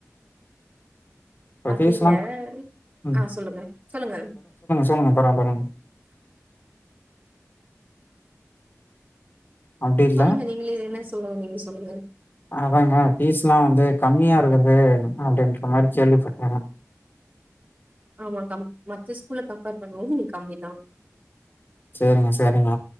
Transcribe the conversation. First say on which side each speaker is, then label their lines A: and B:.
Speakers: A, on the left; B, on the right.
A: இப்ப
B: அப்டில்ல
A: ஃபீஸ்லா ம்
B: அ சொல்லுங்க சொல்லுங்க
A: சொல்லுங்க பரவால்ல மேம் அப்டி இல்ல
B: சொல்லுங்க நீங்களே என்ன சொல்ல வந்தீங்க சொல்லுங்க
A: அதாங்க ஃபீஸ்ல்லாம் வந்து கம்மியா இருக்குது அப்டின்ற மாதிரி கேள்விப்பட்ட
B: ஆமா கம் மத்த ஸ்கூல்ல கம்பேர் பண்ணும்போது இங்க கம்மி தான்
A: சேரிங்க சேரிங்க